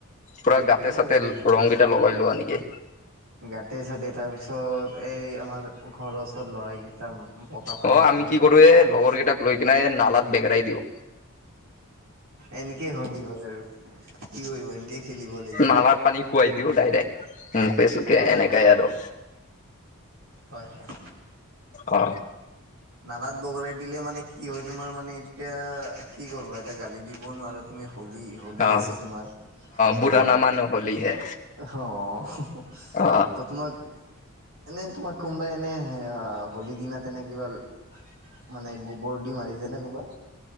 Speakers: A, on the left; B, on the right.
A: পুৰা গাতে
B: কেনেকে
A: চাতে ৰং কেইটা লগাই লোৱা নেকি
B: গাতে চাতে তাৰ পিছত এই আমাৰ ঘৰ ওচৰ ল'ৰাকি গেতা বকা পানী
A: অ আমি
B: খেলে
A: কি কৰো
B: বাপৰে
A: এ লগৰ
B: বাপ
A: কেইটাক লৈ কিনাই এই নালাত বেগৰাই দিওঁ
B: এনেকেই হলী হয় আৰু কি কৰিব এনেকে খেলিব লাগিব।
A: নালা পানী খোৱাই দিও ডাইৰেক্ট মুখে-চুখে এনেকাই
B: অ অ
A: আৰু
B: হয় হয়
A: অ
B: নালাত বগৰাই দিলে মানে কি হয় তোমাৰ মানে এতিয়া কি কৰিবা এটা গালি দিব নোৱাৰা তুমি হলি হলি
A: অ
B: আছে তোমাৰ
A: বুঢ়া
B: অ অহ
A: নামানো হলি হে
B: হ হ
A: অ
B: ত তোমাক এনেই তোমাক কোনবাই এনেই অ হলি দিনা তেনে কিবা মানে গোবৰ দি মাৰিছেনে কোনবা